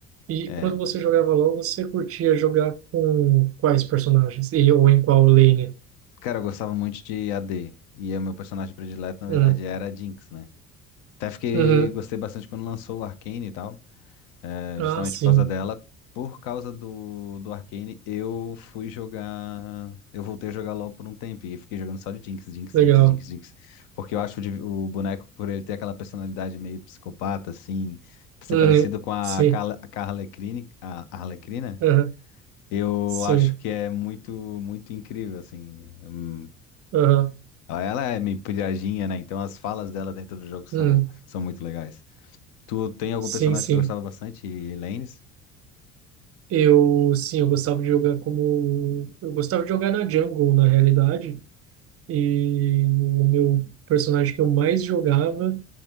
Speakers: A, on the right; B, on the left.
A: E
B: É.
A: quando você jogava LoL, você curtia jogar com quais personagens? E, ou em qual lane?
B: Cara, eu gostava muito de AD. E o meu personagem predileto, na verdade,
A: Hum.
B: era a Jinx, né? Até fiquei,
A: Uhum.
B: gostei bastante quando lançou o Arcane e tal, é,
A: Ah,
B: justamente
A: sim.
B: por causa dela. Por causa do, do Arcane, eu fui jogar. Eu voltei a jogar LoL por um tempo e fiquei jogando só de Jinx, Jinx,
A: Legal.
B: Jinx, Jinx, Jinx. Porque eu acho o, div- o boneco, por ele ter aquela personalidade meio psicopata, assim, ser
A: Uhum.
B: parecido com a,
A: Sim.
B: Carla- a Harlequin, a a Arlequina,
A: Uhum.
B: eu
A: Sim.
B: acho que é muito, muito incrível, assim. Hum,
A: Uhum.
B: Ela ela é meio piradinha, né? Então as falas dela dentro do jogo são,
A: Uhum.
B: são muito legais. Tu tem algum
A: Sim,
B: personagem
A: sim.
B: que tu gostava bastante? E Lanes?
A: Eu, sim, eu gostava de jogar como... Eu gostava de jogar na jungle, na realidade. E o meu personagem que eu mais jogava